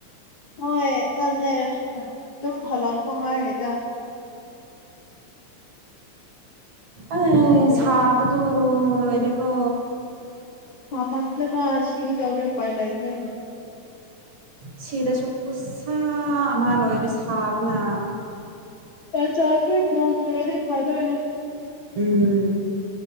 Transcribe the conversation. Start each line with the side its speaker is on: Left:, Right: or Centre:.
Left: ꯍꯣꯏ ꯆꯠꯂꯦ ꯑꯗꯨꯝ ꯍꯂꯛꯄ ꯉꯥꯏꯔꯤꯗ
Right: ꯑ
Left: ꯁꯥꯕ꯭ꯔꯥ
Right: ꯁꯥꯕꯗꯨ ꯂꯣꯏꯔꯦꯀꯣ
Left: ꯁꯥꯃꯟꯗꯅ ꯁꯤꯒꯦ ꯇꯧꯔꯦ ꯎꯄꯥꯏ ꯂꯩꯇꯦ
Right: ꯁꯤꯗꯁꯨ ꯈꯨꯁꯥꯥ ꯑꯃ ꯂꯣꯏꯔꯦ ꯁꯥꯕꯅ
Left: ꯆꯥꯗ꯭ꯔꯤ ꯅꯣꯡꯆꯨꯔꯗꯤ ꯐꯥꯗꯣꯏꯅꯦ
Right: ꯎꯝ